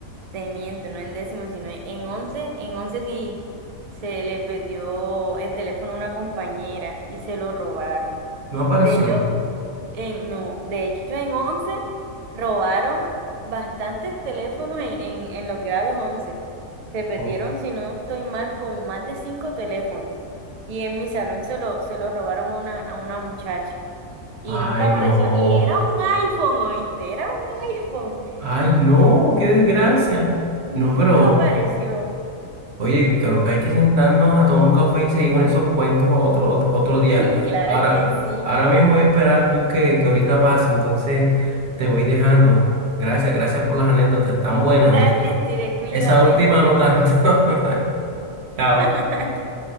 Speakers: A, on the right (about 85°); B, on the right (about 55°).
A: te miento, no en décimo, sino en en once, en once sí se le perdió el teléfono a una compañera y se lo robaron.
B: No apareció.
A: De hecho, En, no, de hecho en 11 robaron bastantes teléfonos en, en, en los grados once Se perdieron,
B: No.
A: si no estoy mal, como más de cinco teléfonos. Y en mi salón se lo, se lo robaron a una, a una muchacha. Y
B: Ay,
A: nunca apareció.
B: no.
A: Y era un iPhone, ¿oíste? Era un iPhone.
B: Ay, no, qué desgracia.
A: Nunca
B: No, pero
A: apareció.
B: Oye, creo que hay que sentarnos a tomar un café y seguir con esos cuentos otro, otro, otro día.
A: <laughs> Claro
B: Ahora,
A: que sí.
B: ahora mismo voy a esperar el bus que, que ahorita pasa, entonces te voy dejando. Gracias, gracias por las anécdotas, tan buenas,
A: Dale,
B: ¿oíste?
A: Steve, cuídate.
B: Esa última no tanto. <laughs> Chao.
A: <laughs>